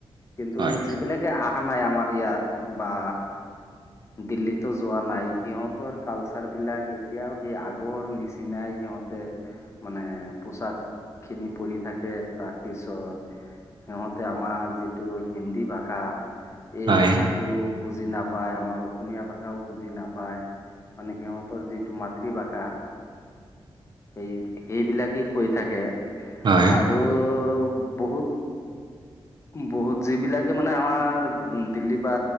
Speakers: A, on the left; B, on the right.
A: কিন্তু
B: হয়
A: যিবিলাক আহা নাই আমাৰ ইয়াত বা দিল্লীতো যোৱা নাই সিহঁত তো আৰু কালচাৰ বিলাক। এতিয়াও সেই আগৰ নিচিনাই সিহঁতে মানে পোচাক খিনি পৰি থাকে তাৰ পিছত সিহঁতে আমাৰ যিটো হিন্দী ভাষা এই
B: হয়,
A: ভাষাটো বুজি নাপাই আমাৰ অসমীয়া ভাষাও বুজি না পাই মানে সিহঁতৰ যিটো মাতৃভাষা সেই সেইবিলাকে কৈ থাকে
B: হয়,
A: আৰু বহুত বহুত যিবিলাকে মানে আমাৰ দিল্লী বা